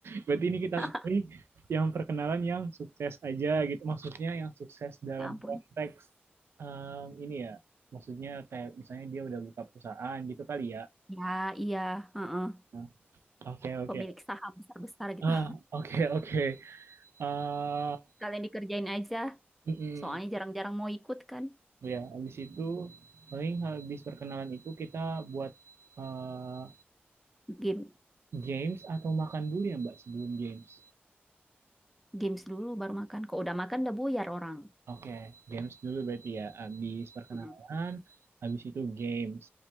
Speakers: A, on the right; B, in the centre.
A: berarti ini kita
B: <laughs>
A: pilih yang perkenalan yang sukses aja gitu. Maksudnya yang sukses dalam
B: Ya ampun.
A: konteks em, ini ya. Maksudnya kayak misalnya dia udah buka perusahaan gitu kali ya.
B: Ya, iya. heeh.
A: Nah, Oke, oke.
B: Pemilik saham besar-besar gitu.
A: Ah, oke, oke. Ah,
B: <laughs> Kalian dikerjain aja.
A: mm-mm.
B: Soalnya jarang-jarang mau ikut kan.
A: Ya, habis itu paling habis perkenalan itu kita buat eh,
B: Game,
A: games atau makan dulu ya, Mbak, sebelum games.
B: games dulu baru makan. Kok udah makan udah buyar orang.
A: Oke, games dulu berarti ya. Habis perkenalan,
B: Mm-mm.
A: habis itu games.